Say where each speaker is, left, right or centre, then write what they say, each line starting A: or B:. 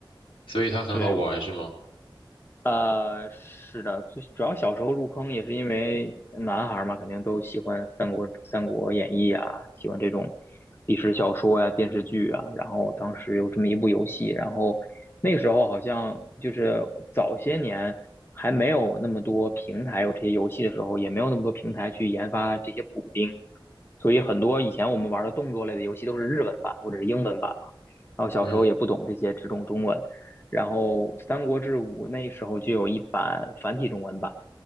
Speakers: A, on the left; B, on the left.
A: 所以它很好玩是吗？
B: 对，呃，是的，最主要小时候入坑也是因为男孩儿嘛，肯定都喜欢三国《三国演义》啊，喜欢这种历史小说呀、电视剧啊。然后当时有这么一部游戏，然后那个时候好像就是早些年还没有那么多平台有这些游戏的时候，也没有那么多平台去研发这些补丁，所以很多以前我们玩的动作类的游戏都是日文版或者是英文版嘛。然后小时候也不懂这些，
A: 嗯
B: 只懂中文。然后《三国志五》那时候就有一版繁体中文版，